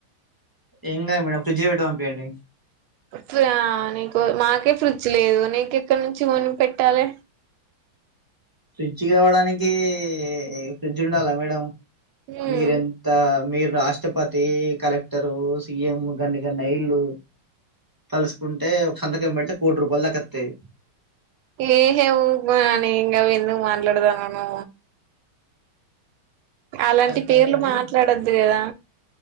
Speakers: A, on the right (about 35°); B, on the right (about 80°).
A: ఏం కాదు మేడం ఫ్రిడ్జ్లో పెట్టీ పంపియండి
B: అ <unintelligible> మాకే ఫ్రిడ్జ్ లేదు నీకె ఎక్కడి నుంచి కొని పెట్టాలి
A: ఫ్రిడ్జ్ కావడానికి ఫ్రిడ్జ్ ఉండాలా మేడం
B: ఉమ్
A: మీరెంత మీర రాష్ట్రపతి కలెక్టరు సి ఎం గన్ని గన్న అయిలు తలుసుకుంటే ఒక సంతకామ్ పెడితే కోటి రూపాయలు దక్కస్తాయి
B: ఏహే ఉకో అని ఇంకా ఎందుకు మాట్లాడతానును అలాంటి
A: సరే
B: పేర్లు
A: సరే కాని
B: మాట్లాడద్దు కదా